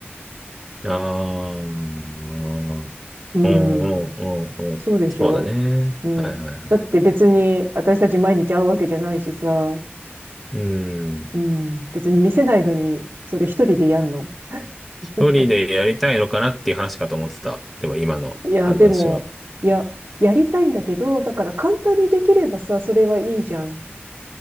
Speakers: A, in the centre; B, on the right.
A: ああ、うん
B: <laughs> うん。
A: うんうんうん。
B: そうでしょ
A: そうだね。
B: うん。
A: はいはいはい。
B: だって別に私たち毎日会うわけじゃないしさ。
A: うん。
B: うん。別に見せないのに、それ一人でやんの。
A: 一人でやりたいのかなっていう話かと思ってた。
B: <laughs> なんか、
A: でも今の話は。
B: いや、でも、いや、やりたいんだけど、だから簡単にできればさ、それはいいじゃん。